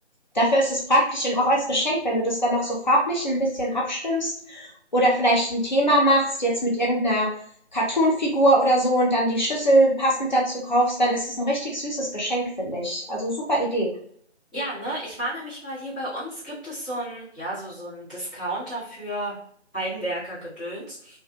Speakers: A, on the left; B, in the centre.
A: dafür ist es praktisch und auch als Geschenk, wenn du das dann noch so farblich ein bisschen abstimmst oder vielleicht ein Thema machst, jetzt mit irgendeiner Cartoon-Figur oder so und dann die Schüssel passend dazu kaufst, dann ist es ein richtig süßes Geschenk, finde ich. Also super Idee.
B: Ja, ne, ich war nämlich mal hier bei uns, gibt es so ein, ja, so, so ein Discounter für Heimwerker-Gedöns.